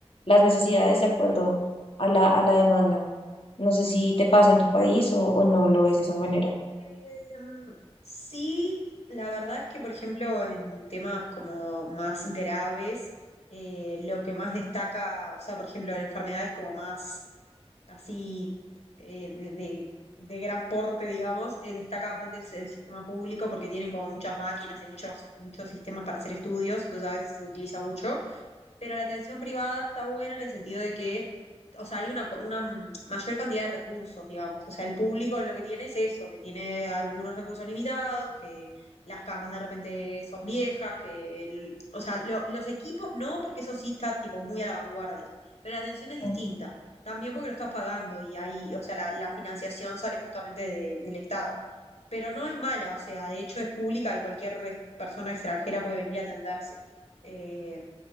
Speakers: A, on the left (about 60°); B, on the left (about 85°).
A: las necesidades de acuerdo a la, a la demanda. No sé si te pasa en tu país o, o no lo ves de esa manera.
B: Em, sí, la verdad es que, por ejemplo, en temas como más graves, eh, lo que más destaca, o sea, por ejemplo, en enfermedades como más así eh, de, de- de gran porte, digamos, eh, destaca bastante el, el sistema público porque tienen como muchas máquinas y muchos, muchos sistemas para hacer estudios, entonces a veces se utiliza mucho pero la atención privada está buena en el sentido de que, o sea, hay una, co- una mm, mayor cantidad de recursos, digamos. O sea, el público lo que tiene es eso, que tiene algunos recursos limitados, que las camas de repente son viejas, que el, o sea, lo- los equipos no, porque eso sí está tipo muy a la vanguardia, pero la atención es distinta.
A: Mm.
B: También porque lo estás pagando y ahí, o sea, la, la financiación sale justamente de- del Estado. Pero no es mala, o sea, de hecho es pública y cualquier res- persona extranjera puede venir a atenderse. Eh,